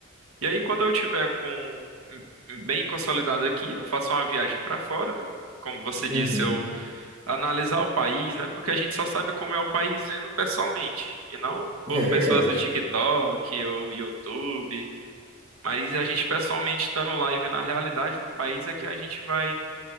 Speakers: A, on the right; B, on the right.
A: E aí, quando eu tiver com hum, bem consolidado aqui, eu faço uma viagem para fora, né? Como você
B: Uhum.
A: disse, eu analisar o país, né? Porque a gente só sabe como é o país vendo pessoalmente, e não por
B: É verdade.
A: pessoas do TikTok ou YouTube. Mas a gente pessoalmente estando lá e vendo a realidade do país é que a gente vai